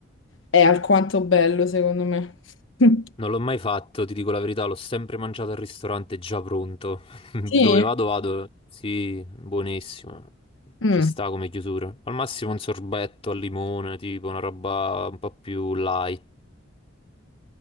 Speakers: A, on the left (about 70°); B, on the left (about 30°).
A: è alquanto bello, secondo me. <laughs>
B: Non l'ho mai fatto, ti dico la verità, l'ho sempre mangiato al ristorante già pronto. <laughs> Dove
A: Sì?
B: vado, vado. Sì, buonissimo.
A: Mm.
B: Ci sta come chiusura. Al massimo un sorbetto al limone, tipo una roba un po' più light.